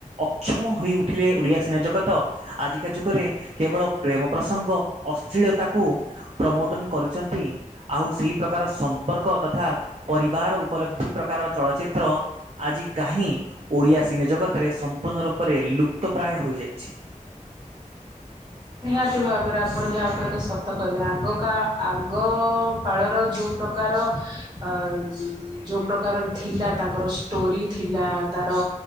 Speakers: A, on the right; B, on the right.
A: ଅକ୍ଷମ ହୋଇ ଉଠିଲେ ଓଡ଼ିଆ ସିନେ ଜଗତ ଆଜିକା ଯୁଗରେ କେବଳ ପ୍ରେମ ପ୍ରସଙ୍ଗ ଅସ୍ଲିଳତାକୁ ପ୍ରମୋଟନ କରିଚନ୍ତି। ଆଉ ସେଇ ପ୍ରକାର ସମ୍ପର୍କ ତଥା ପରିବାର ଉପଲବ୍ଧି ପ୍ରକାର ଚଳଚିତ୍ର ଆଜି କାହିଁ ଓଡ଼ିଆ ସିନେଜଗତରେ ସମ୍ପୂର୍ଣ୍ଣ ରୂପରେ ଲୁପ୍ତପ୍ରାୟ ହୋଇଯାଇଛି?
B: ନିହାତି ଭାବରେ ଆପଣ ଯାହା କହିଲେ ସତ କହିଲେ ଆଗ ଆଗ କାଳର ଯୋଉ ପ୍ର କାର ଅ ଇଇ ଯୋଉ ପ୍ରକାରର ଥିଲା ତାଙ୍କର ଷ୍ଟୋରି ଥିଲା ତାର